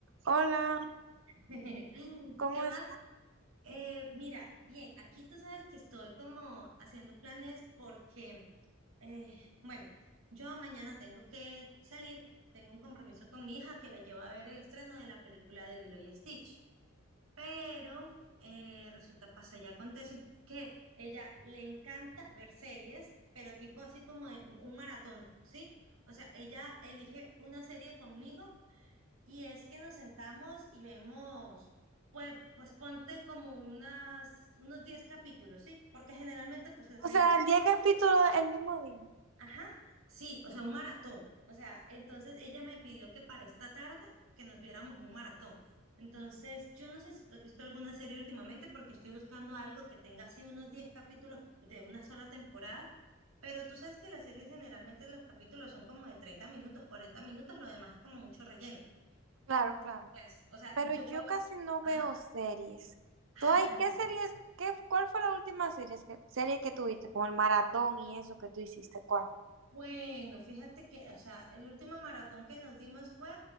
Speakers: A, on the right; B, on the right.
A: Hola,
B: <laughs>
A: ¿cómo
B: ¿Qué más?
A: estás?
B: Eh, mira, bien, aquí tú sabes que estoy como haciendo planes porque, eh, bueno, yo mañana tengo que salir, tengo un compromiso con mi hija que la llevo a ver el estreno de la película de Lilo y Stitch, pero eh, resulta, pasa y acontece que ella le encanta ver series, pero tipo así como de un maratón, ¿sí? O sea, ella elige una serie conmigo y es que nos sentamos y vemos, pues, pues ponte como unas, unos 10 capítulos, ¿sí? Porque generalmente pues las series
A: O sea,
B: tienen
A: 10
B: capítulos.
A: capítulos el mismo día.
B: Ajá, sí, o sea, un maratón. O sea, entonces ella me pidió que para esta tarde que nos viéramos un maratón. Entonces, yo no sé si tú has visto alguna serie últimamente porque estoy buscando algo que tenga así unos 10 capítulos de una sola temporada, pero tú sabes que las series generalmente los capítulos son como de 30 minutos, 40 minutos, lo demás es como mucho relleno.
A: Claro,
B: Entonces,
A: claro.
B: Pues, o sea,
A: Pero
B: yo cal...
A: yo casi no
B: Ajá.
A: veo series.
B: ah
A: ¿Tú hay qué series? Qué, ¿cuál fue la última serie que, serie que tuviste? Como el maratón y eso que tú hiciste, ¿cuál?
B: bueno, fíjate que, o sea, el último maratón que nos dimos fue